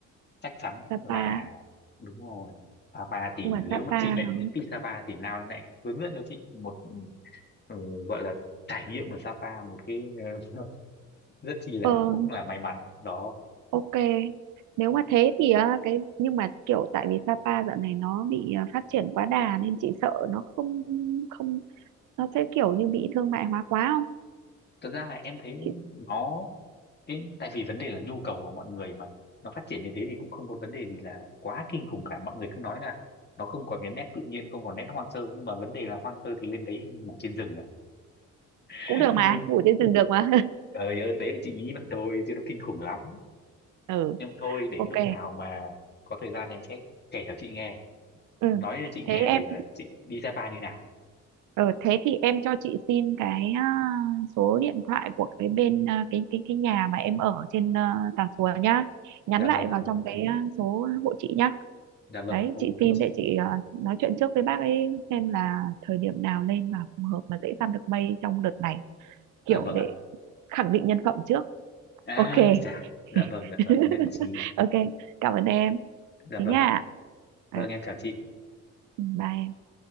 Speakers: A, on the left (about 35°); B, on the right (about 80°).
A: chắc chắn
B: Sapa
A: là đúng rồi Sapa thì
B: nhưng mà Sapa
A: nếu mà chị lại
B: nó
A: thích đi Sapa thì nào em lại hướng dẫn cho chị một ừ, gọi là trải nghiệm ở Sapa một cái <laughs> rất chi là
B: ờ
A: cũng là may mắn đó
B: ok nếu mà thế thì à, cái nhưng mà kiểu tại vì Sapa dạo này nó bị à, phát triển quá đà nên chị sợ nó không không nó sẽ kiểu như bị thương mại hóa quá không
A: thật ra là em thấy
B: chị
A: nó Cái, tại vì vấn đề là nhu cầu của mọi người mà nó phát triển như thế thì cũng không có vấn đề gì là quá kinh khủng cả mọi người cứ nói là nó không còn cái nét tự nhiên không còn nét hoang sơ nhưng mà vấn đề là hoang sơ thì lên đấy ngủ trên rừng à <laughs>
B: cũng được
A: nhưng
B: mà ngủ trên giường được mà
A: trời ơi đấy là chị nghĩ vậy thôi chứ nó kinh khủng lắm
B: <laughs> ừ
A: nhưng mà thôi để
B: ok
A: lúc nào mà có thời gian em sẽ kể cho chị nghe
B: ừ
A: nói cho chị nghe
B: thế em
A: về là chị đi Sapa như nào
B: ừ, thế thì em cho chị xin cái à, số điện thoại của cái bên à, cái cái cái nhà mà em ở trên à, Tà Xùa nhá nhắn
A: dạ
B: lại
A: vâng
B: vào
A: dạ vâng
B: trong cái à, số hộ chị nhá
A: dạ vâng
B: đấy
A: ok
B: chị xin
A: chị
B: để chị à, nói chuyện trước với bác ấy xem là thời điểm nào lên mà phù hợp mà dễ săn được mây trong đợt này kiểu
A: dạ vâng
B: để
A: ạ
B: khẳng định nhân phẩm trước
A: ai
B: ok
A: chà
B: <laughs>
A: dạ vâng dạ vâng nhất trí
B: ok cảm ơn em
A: dạ
B: thế
A: vâng
B: nha
A: ạ
B: Ờ,
A: vâng em chào chị
B: bye em.